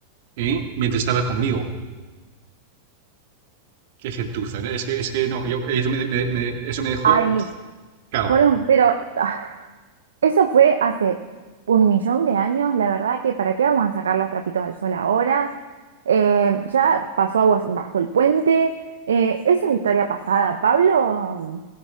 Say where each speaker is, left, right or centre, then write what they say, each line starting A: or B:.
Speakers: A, on the right; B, on the right.
A: ¿eh? Mientras estaba conmigo. Qué gentuza. ¿no? Es que, es que no, yo, eso me, me- me- eso me dejó
B: ay,
A: cao.
B: Colón, pero <laughs> Eso fue hace un millón de años, la verdad que ¿para qué vamos a sacar los trapitos al sol ahora? Eh, ya pasó aguas bajo el puente, eh, eso es historia pasada. Pablo,